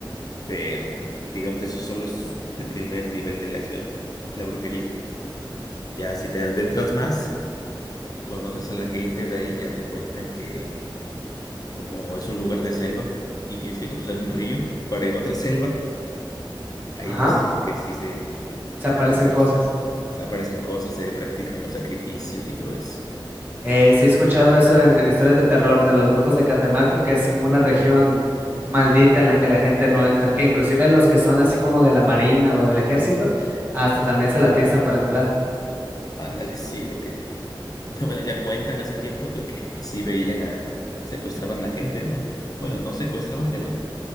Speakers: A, on the left; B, on the right.
A: pero digamos eso solo es el primer nivel del iceberg, ¿no? La brujería. Ya si te adentras más y conoces a la gente de ahí, ya te cuentan que como es un lugar de selva y tienes que cruzar un río para ir a otra selva, ahí
B: Ajá,
A: pues dicen que sí se
B: se aparecen
A: practican
B: cosas.
A: los, se aparecen cosas, se practican los sacrificios y todo eso.
B: Eh, sí, he escuchado eso en, en historias de terror de los brujos de Catemaco, que es como una región maldita en la que la gente no entra, que inclusive los que son así como de la marina o del ejército, hasta también se la piensan para entrar.
A: Ándale, sí, porque, <laughs> bueno, ya cuentan hace tiempo de que sí veían a, secuestraban a gente, ¿no? Bueno, no secuestraban, pero